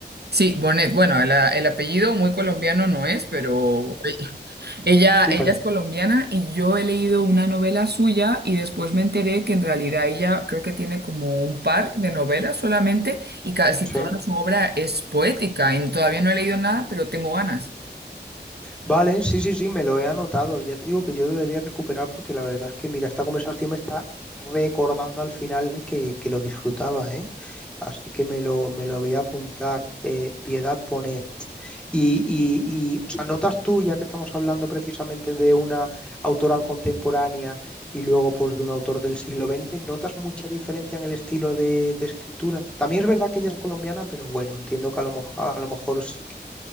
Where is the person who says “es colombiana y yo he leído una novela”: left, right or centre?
Right